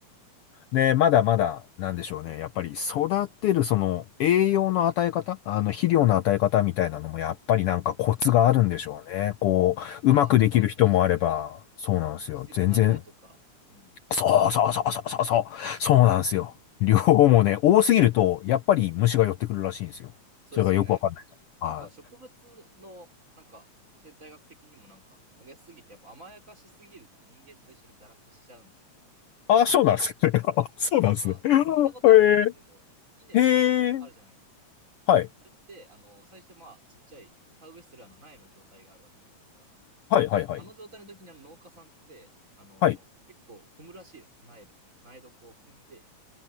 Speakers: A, on the left; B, on the right.
A: で、まだまだ、なんでしょうね。やっぱり育てる、その、栄養の与え方、あの、肥料の与え方みたいなのも、やっぱりなんかコツがあるんでしょうね。
B: うん。
A: こう、
B: ああ、
A: うまくできる人もあれば、
B: そうですね。
A: そうなんですよ。
B: 適切な量とか、
A: 全然、
B: うん。
A: そうそうそうそうそうそう、そうなんですよ。両方もね、
B: うん。
A: 多すぎると、やっぱり虫が寄ってくるらしいんですよ。
B: そうですよね。
A: それがよくわかんない。はい。
B: なんか植物の、なんか生態学的にもなんか、あげすぎて、やっぱ甘やかしすぎると人間と一緒で堕落しちゃうんですかね。
A: あ、そうなんですね。<laughs> あそうなんですね。
B: なんか、聞いたことあるんですけど、
A: へえ、
B: 稲とかあるじゃないですか。
A: へえ、はい、
B: あれって、あの、最初まあ、ちっちゃい、田植えするあの苗の状態があるわけじゃないですか。
A: はい、はい、はい。
B: あの状態の時にあの農家さんって、あのー結構踏むらしいですよ。
A: はい。
B: 苗土。苗こう踏んで、